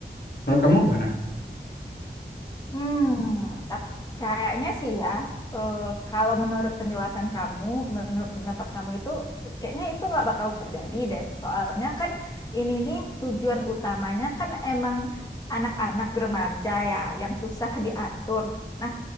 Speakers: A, on the left; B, on the left.
A: Menurut kamu gimana?
B: Hmm, tapi kayaknya sih ya, eh, kalau menurut penjelasan kamu, menurut pendapat kamu itu, kayaknya itu nggak bakal terjadi deh. Soalnya kan ini nih tujuan utamanya kan emang anak-anak remaja ya, yang susah diatur. Nah,